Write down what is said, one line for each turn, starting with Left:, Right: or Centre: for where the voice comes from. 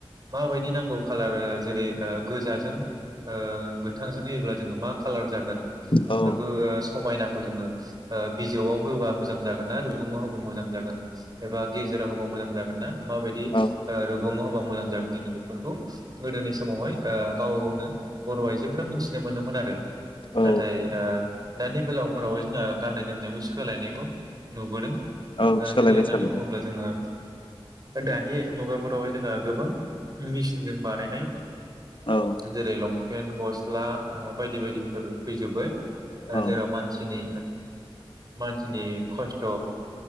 Right: माबायदि नांगौ खालार ओ जेरै ओ गोजाजों ओ गो थोंजों होयोब्ला जोङो मा कालार जागोन
Left: औ
Right: बेफोरखौ समायनाखौ जोङो बिजौआव होबा मोजां जागोन ना रुगुङाव होबा मोजां जागोन एबा गेजेराव होबा मोजां जागोन ना माबायदि
Left: औ
Right: रुगुङाव होबा मोजां जागोन जोङो बेफोरखौ गोदोनि समावहाय ओ गाव गावनो बर' आइजो फोरा मिनथिनो मोनोमोन आरो।
Left: औ
Right: नाथाय ओ दानि बेलाव फोरावहाय जोंहा गान्नाय जोमनायखौ सोलायनायखौ नुबोदों
Left: औ
Right: ओ
Left: सोलायबाय
Right: जेरै होननानै
Left: सोलायबाय
Right: बुङोब्ला जोङो दानि मुगाफोरावहाय जोंहा गोबां मेचिनजों बानायनाय।
Left: औ
Right: जेरै लं पेन गस स्ला बायदि बायदिफोर फैजोब्बाय
Left: औ
Right: जेराव मानसिनि मानसिनि खस्थ'